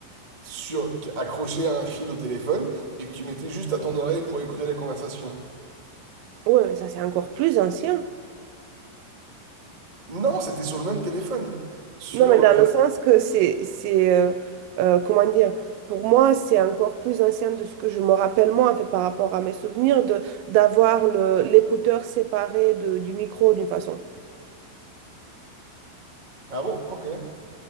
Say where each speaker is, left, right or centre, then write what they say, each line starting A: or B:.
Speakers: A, on the right; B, on the right.
A: sur, accroché à un fil au téléphone et que tu mettais juste à ton oreille pour écouter la conversation.
B: Ouais, mais ça, c'est encore plus ancien.
A: Non, c'était sur le même téléphone, sur
B: Non, mais dans
A: le.
B: le sens que c'est, c'est euh, euh, comment dire, pour moi, c'est encore plus ancien de ce que je me rappelle moi, en fait, par rapport à mes souvenirs, de d'avoir le, l'écouteur séparé de, du micro, d'une façon.
A: Ah bon? Ok.